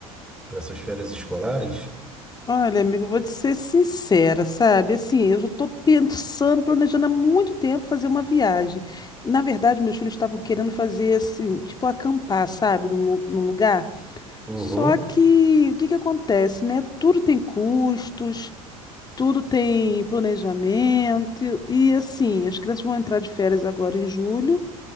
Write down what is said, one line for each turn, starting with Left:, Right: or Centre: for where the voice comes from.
Centre: para suas férias escolares?
Left: Olha, amigo, vou te ser sincera, sabe? Assim, eu já tô pensando, planejando há muito tempo fazer uma viagem. Na verdade, meus filhos estavam querendo fazer, assim, tipo acampar, sabe? Num, lu- num lugar.
Centre: Uhum.
Left: Só que, o que que acontece, né? Tudo tem custos, tudo tem planejamento. E, assim, as crianças vão entrar de férias agora em julho.